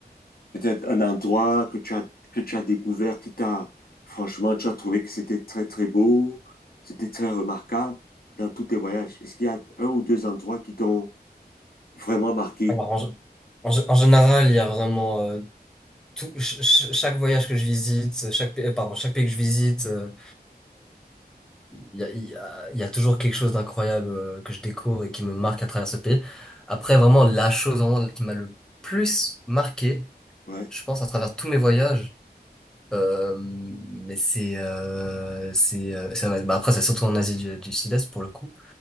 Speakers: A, on the left (about 60°); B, in the centre.
A: Peut-être un endroit que tu as, que tu as découvert, qui t'a, franchement, tu as trouvé que c'était très, très beau, c'était très remarquable dans tous tes voyages. Est-ce qu'il y a un ou deux endroits qui t'ont vraiment marqué?
B: Alors, en, gé- en gé- en général, il y a vraiment euh, tout, ch- ch- chaque voyage que je visite, chaque, pa- euh, pardon, chaque pays que je visite. Euh, Il y a, il y a- il y a toujours quelque chose d'incroyable euh, que je découvre et qui me marque à travers ce pays. Après, vraiment, la chose vraiment qui m'a le plus marqué,
A: Ouais,
B: je pense, à travers tous mes voyages, euh, mais c'est, euh, c'est, euh, ça va être- bah après, c'est surtout en Asie du, du Sud-Est pour le coup,